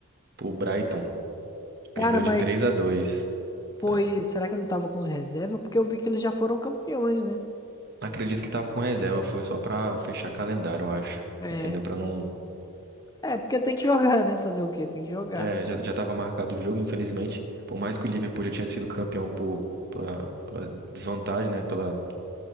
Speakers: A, on the right (about 45°); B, on the left (about 15°).
A: pro Brighton. Perdeu
B: Cara, mas
A: de 3 a 2.
B: Foi.
A: tá?
B: Será que eu não tava com os reservas Porque eu vi que eles já foram campeões, né?
A: Acredito que tava com reserva, foi só pra fechar calendário, eu acho.
B: É.
A: Entendeu? Pra não.
B: É, porque tem que jogar, né? Fazer o quê? Tem que jogar.
A: É, já, já tava marcado o jogo, infelizmente. Por mais que o Liverpool já tinha sido campeão por, pela, pela desvantagem, né? Pela